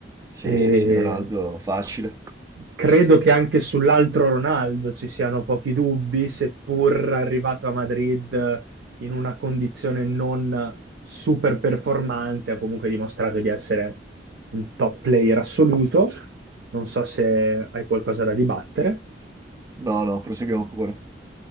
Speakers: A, on the right (about 20°); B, on the right (about 85°).
A: Sì,
B: E
A: sì, sì, Ronaldo, facile.
B: Credo che anche sull'altro Ronaldo ci siano pochi dubbi, seppur arrivato a Madrid in una condizione non super performante, ha comunque dimostrato di essere un top player assoluto. Non so se hai qualcosa da dibattere.
A: No, no, proseguiamo pure.